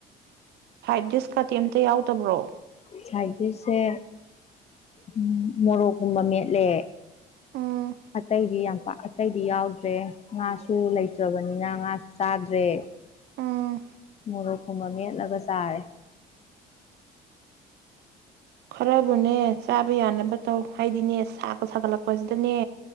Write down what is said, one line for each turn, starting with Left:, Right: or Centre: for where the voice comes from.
Right: ꯁꯥꯏꯠ ꯗꯤꯁꯀꯗꯤ ꯑꯝꯇ ꯌꯥꯎꯗꯕ꯭ꯔꯣ?
Left: ꯁꯥꯏꯠ ꯗꯤꯁꯁꯦ ꯎ ꯃꯣꯔꯣꯛꯀꯨꯝꯕ ꯃꯦꯠꯂꯦ꯫
Right: ꯎꯝ
Left: ꯑꯇꯩꯗꯤ ꯌꯥꯝ ꯄꯥ ꯑꯇꯩꯗꯤ ꯌꯥꯎꯗ꯭ꯔꯦ ꯉꯥꯁꯨ ꯂꯩꯇ꯭ꯔꯕꯅꯤꯅ ꯉꯥꯁꯨ ꯆꯥꯗ꯭ꯔꯦ
Right: ꯎꯝ
Left: ꯃꯣꯔꯣꯛꯀꯨꯝꯕ ꯃꯦꯠꯂꯒ ꯆꯥꯔꯦ꯫
Right: ꯈꯔꯕꯨꯅꯦ ꯆꯥꯕ ꯌꯥꯅꯕ ꯇꯧ ꯍꯥꯏꯗꯤꯅꯦ ꯁꯥꯒ ꯁꯥꯒꯠꯂꯛꯄꯁꯤꯗꯅꯦ